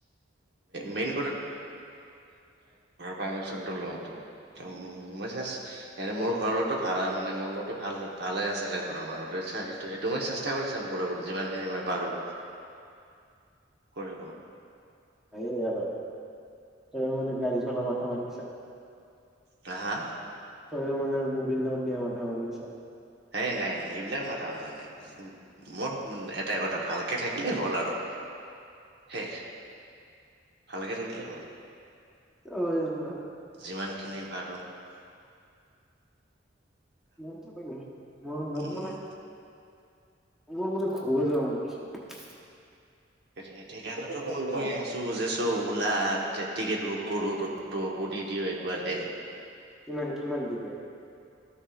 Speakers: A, on the right (about 60°); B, in the centre.
A: মেইন পাৰমিশণ লোৱাত একদম মই মোৰ ঘৰ লগতো ভাল মানে মোৰ লগতো ভাল হয় ভালে আছেতে ঘৰৰ মানুহ সেইটো সেইটো মই চেষ্টা কৰি চাম পোৰা পুৰি যিমানখিনি মই পাৰো
B: <inaudible>
A: কৰিব
B: এই আৰু ত মানে গাড়ী চলা মাথা মাৰি আছা
A: হা হা
B: তইও মানে <unintelligible> মাথা মাৰি আছা।
A: এ নাই নাই সেইবিলাক মাথা মাৰা নাই, মোৰ এটা কথা ভালকে থাকিলে হ'ল আৰু, শেষ ভালকে থাকিলে হ'ল
B: ঐ মাহ
A: যিমানখিনি পাৰোঁ
B: মোৰটো কৰিবি মোৰ, মোৰ
A: উম
B: মানে মোৰ মানে ঘৰুৱা যোৱা মন পিছত
A: সেইকাৰণেতো মই কৈ আছো যে চব উলা টিকেট বুক গৰু ৰ'দটো বদি দিওঁ একবাৰে
B: কিমান কিমান টিকেট